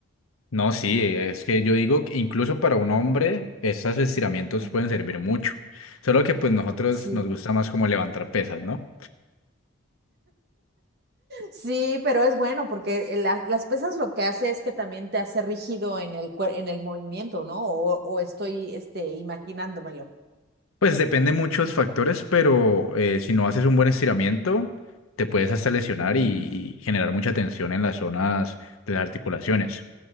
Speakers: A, on the left; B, on the right.
A: No, sí, es que yo digo que incluso para un hombre esos estiramientos
B: Ujú.
A: pueden servir mucho. Solo que pues nosotros
B: Sí,
A: nos gusta más como levantar pesas, ¿no?
B: sí, pero es bueno porque el- la- las pesas lo que hace es que también te hace rígido en el, cuer- en el movimiento, ¿no? O, o estoy este, imaginándomelo.
A: Pues depende muchos factores, pero eh, si no haces un buen estiramiento, te puedes hasta lesionar
B: Ujú,
A: y, y generar mucha tensión en las zonas de las articulaciones.